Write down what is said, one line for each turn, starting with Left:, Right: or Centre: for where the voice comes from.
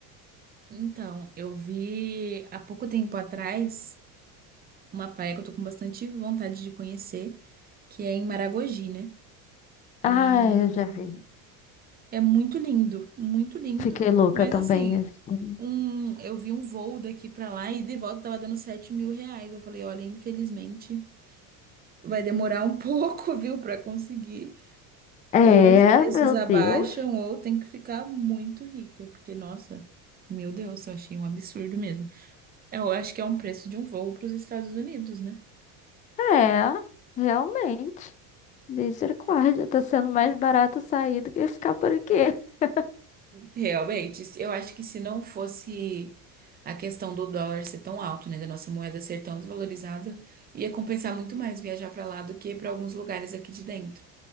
Right: Então, eu vi há pouco tempo atrás uma praia que eu tô com bastante vontade de conhecer, que é em Maragogi, né? E
Left: Ah, eu já vi.
Right: é muito lindo, muito lindo.
Left: Fiquei louca
Right: Mas
Left: também.
Right: assim,
Left: assim.
Right: um, eu vi um voo daqui pra lá e de volta tava dando sete mil reais. Eu falei, olha, infelizmente. Vai demorar um <laughs> pouco, viu, para conseguir.
Left: É,
Right: Ou os preços
Left: meu
Right: abaixam,
Left: Deus.
Right: ou tem que ficar muito rica, porque, nossa, meu Deus, eu achei um absurdo mesmo. Eu acho que é um preço de um voo para os Estados Unidos, né?
Left: É, realmente. Misericórdia, tá sendo mais barato sair do que ficar por aqui. <laughs>
Right: Realmente, se- eu acho que se não fosse a questão do dólar ser tão alto, né, da nossa moeda ser tão desvalorizada, ia compensar muito mais viajar para lá do que para alguns lugares aqui de dentro,